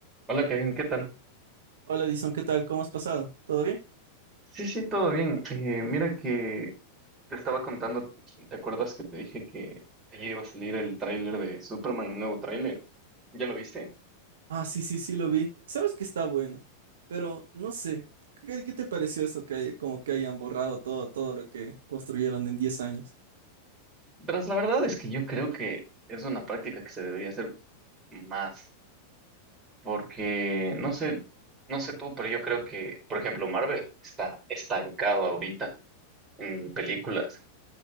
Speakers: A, on the right; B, on the right.
A: Hola Kevin, ¿qué tal?
B: Hola Edison, ¿qué tal? ¿Cómo has pasado? ¿Todo bien?
A: Sí, sí, todo bien. Eh, mira que te estaba contando, ¿te acuerdas que te dije que ayer iba a salir el tráiler de Superman, el nuevo tráiler? ¿Ya lo viste?
B: Ah, sí, sí, sí, lo vi. Sabes que está bueno, pero no sé, ¿qué, qué te pareció eso que hay, como que hayan borrado todo, todo lo que construyeron en 10 años?
A: Pero la verdad es que yo creo que es una práctica que se debería hacer más, porque no sé, no sé tú, pero yo creo que, por ejemplo, Marvel está estancado ahorita en películas,